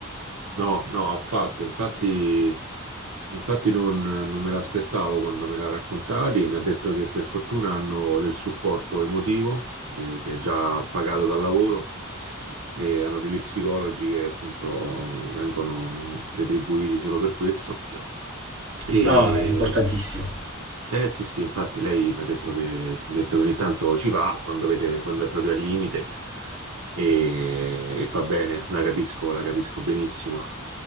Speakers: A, on the right; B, on the right.
A: No, no, affatto. Infatti, infatti non, non me l'aspettavo quando me l'ha raccontati. Mi ha detto che per fortuna hanno del supporto emotivo, eh, che è già pagato dal lavoro, e hanno degli psicologi che appunto vengono retribuiti solo per questo. E,
B: No, è importantissimo.
A: eh sì, sì, infatti lei mi ha detto che, mi ha detto che ogni tanto ci va quando, vede, quando è proprio al limite e, e fa bene, la capisco, la capisco benissimo.